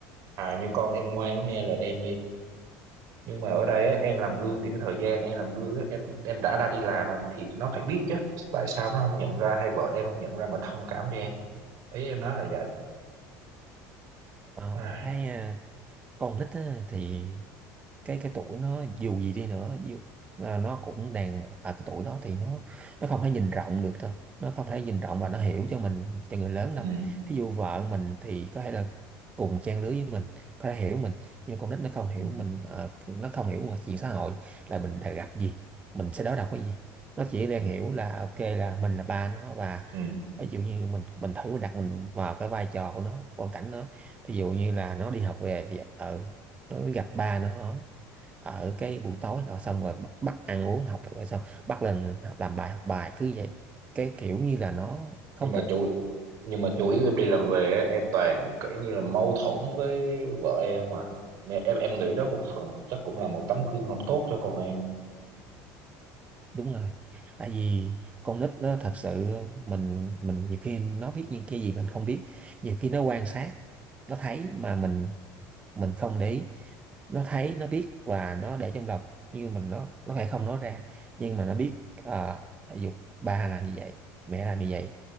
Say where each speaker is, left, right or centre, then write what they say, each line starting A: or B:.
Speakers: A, on the right; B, on the right.
A: à như con em ngoan nghe lời em đi nhưng mà ở đây á, em làm gương thì cái thời gian em làm gương á, em em đã ra đi làm á, thì nó phải biết chứ tại sao nó không nhận ra hay vợ em không nhận ra mà thông cảm cho em ý em nói là vậy
B: Ờ,
A: à,
B: cái ờ, con nít á, thì cái cái tuổi nó dù gì đi nữa dù, là nó cũng đang ở cái tuổi đó thì nó nó không thể nhìn rộng được đâu nó không thể nhìn rộng
A: ừ,
B: và nó hiểu cho mình cho người lớn
A: ừ,
B: đâu ví dụ vợ mình thì có thể là cùng trang lứa với mình có thể hiểu mình nhưng mà con nít nó không hiểu
A: ừ,
B: mình ờ, nó không hiểu ngoài chuyện xã hội là mình đã gặp gì mình sẽ đối đầu cái gì nó chỉ đang
A: ừ.
B: hiểu là ok là mình là ba nó và
A: ừ.
B: ví dụ như mình mình thử mình đặt mình vào cái vai trò của nó hoàn cảnh nó ví dụ như là nó đi học về thì ở nó gặp ba nó ở cái buổi tối nọ xong rồi bắt, bắt ăn uống học rồi xong bắt lên làm bài học bài cứ vậy cái kiểu như là nó không
A: nhưng mà
B: thích
A: chủ nhưng mà chủ yếu em đi làm về á, em toàn kiểu như là mâu thuẫn với vợ em à nên em em nghĩ đó một phần chắc cũng là một tấm gương không tốt cho con em
B: đúng rồi tại vì con nít nó thật sự mình mình nhiều khi nó biết những cái gì mình không biết nhiều khi nó quan sát nó thấy mà mình mình không để ý nó thấy nó biết và nó để trong lòng nhưng mình nó nó lại không nói ra nhưng mà nó biết ờ, ví dụ ba làm như vậy mẹ làm như vậy